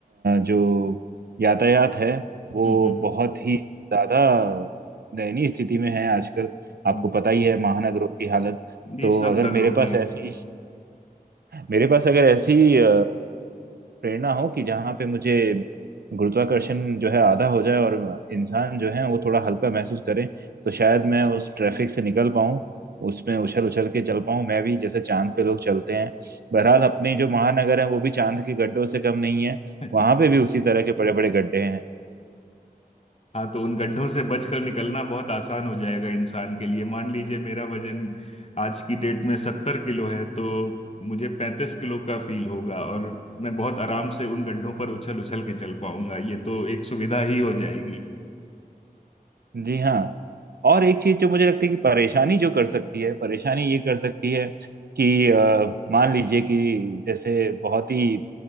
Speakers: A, on the right (about 90°); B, on the left (about 45°).
A: जो यातायात है वो
B: हम्म हम्म।
A: बहुत ही ज्यादा दयनीय स्थिति में है आजकल आपको
B: हम्म।
A: पता ही है महानगरों की हालत
B: ये
A: तो
B: सब
A: अगर
B: नगरों
A: मेरे
B: की
A: पास
B: है
A: ऐसी मेरे पास अगर ऐसी अ, प्रेरणा हो कि जहाँ पे मुझे गुरुत्वाकर्षण जो है आधा हो जाए और इंसान जो है वो थोड़ा हल्का महसूस करे तो शायद मैं उस ट्रैफिक से निकल पाऊँ उसमें उछल उछल के चल पाऊँ मैं भी जैसे चांद पे लोग चलते हैं बहरहाल अपने जो महानगर है वो भी चांद के गड्ढों से कम नहीं है
B: <laughs>
A: वहां पे भी उसी तरह के बड़े बड़े गड्ढे हैं
B: हाँ तो उन गड्ढों से बचकर निकलना बहुत आसान हो जाएगा इंसान के लिए मान लीजिए मेरा वजन आज की डेट में सत्तर किलो है तो मुझे पैंतीस किलो का फील होगा और मैं बहुत आराम से उन गड्ढों पर उछल उछल के चल पाऊंगा ये तो एक सुविधा ही हो जाएगी
A: जी हाँ और एक चीज जो मुझे लगती है कि परेशानी जो कर सकती है परेशानी ये कर सकती है कि अ, मान लीजिए कि जैसे बहुत ही